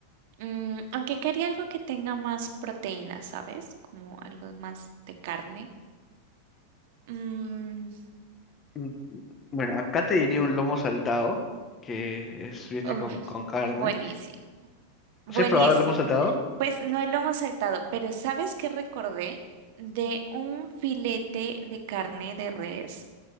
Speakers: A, on the right; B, on the left.
A: Mm, aunque quería algo que tenga más proteína, ¿sabes? Como algo más de carne. Mm,
B: Mm, Bueno, acá te diría un lomo saltado, que es- viene
A: uf,
B: con, con carne.
A: buenísimo. Buenísimo.
B: ¿Se has probado el lomo saltado?
A: Pues no lo hemos saltado, pero ¿sabes qué recordé? De un filete de carne de res